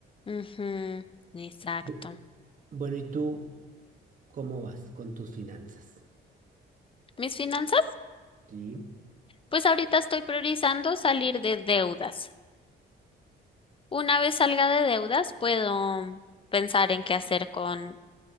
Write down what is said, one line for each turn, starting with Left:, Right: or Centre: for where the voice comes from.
Left: Ujú, exacto.
Right: Bu- Bueno, ¿y tú cómo vas con tus finanzas?
Left: Mis finanzas,
Right: Sí.
Left: pues ahorita estoy priorizando salir de deudas. Una vez salga de deudas, puedo pensar en qué hacer con